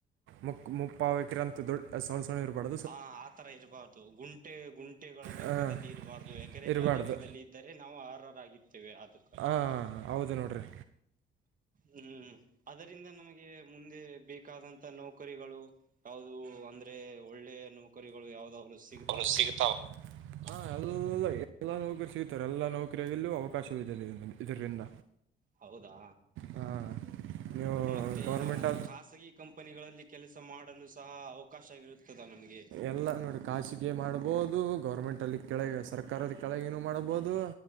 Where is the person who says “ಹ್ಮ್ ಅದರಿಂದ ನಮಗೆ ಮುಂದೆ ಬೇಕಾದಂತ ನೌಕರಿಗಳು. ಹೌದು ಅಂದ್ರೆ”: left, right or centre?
Right